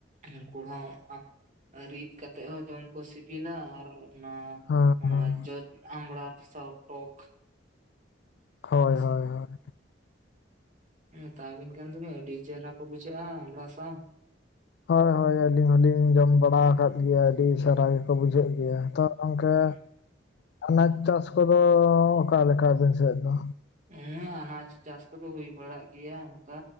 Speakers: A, on the right; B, on the left.
A: ᱩᱱᱠᱩ ᱦᱚᱸ ᱨᱤᱫ ᱠᱟᱛᱮᱜ ᱦᱚᱸ ᱡᱚᱢᱠᱩ ᱥᱤᱵᱤᱞᱟ ᱟᱨ ᱚᱱᱟ
B: ᱦᱚᱸ
A: ᱢᱟᱱᱮ
B: ᱦᱚᱸ
A: ᱡᱚ ᱟᱢᱲᱟ ᱥᱟ ᱴᱚᱠ
B: ᱦᱳᱭ
A: ᱢᱟᱥᱮ
B: ᱦᱳᱭ ᱦᱳᱭ
A: ᱦᱩᱸ ᱢᱮᱛᱟᱵᱤᱱ ᱠᱟᱱ ᱫᱚᱵᱮᱱ ᱟᱹᱰᱤ ᱪᱮᱦᱨᱟ ᱠᱚ ᱵᱩᱡᱷᱟᱹᱜᱼᱟ ᱟᱢᱵᱲᱟ ᱥᱟᱶ
B: ᱦᱳᱭ ᱦᱳᱭ ᱟᱹᱞᱤᱧ ᱦᱚᱞᱤᱧ ᱡᱚᱢ ᱵᱟᱲᱟ ᱟᱠᱟᱫ ᱜᱮᱭᱟ ᱟᱹᱰᱤ ᱥᱟᱨᱦᱟ ᱜᱮᱠᱚ ᱵᱩᱡᱷᱟᱹᱜ ᱜᱮᱭᱟ ᱛᱚ ᱜᱚᱝᱠᱮ
A: ᱦᱮᱸ
B: ᱟᱱᱟᱡ ᱪᱟᱥ ᱠᱚᱫᱚ ᱚᱠᱟᱮ ᱞᱮᱠᱟ ᱟᱵᱤᱱ ᱥᱮᱫ ᱫᱚ
A: ᱦᱮᱸ ᱟᱱᱟᱡ ᱪᱟᱥ ᱠᱚᱫᱚ ᱦᱩᱭ ᱵᱟᱲᱟᱜ ᱜᱮᱭᱟ ᱚᱱᱠᱟ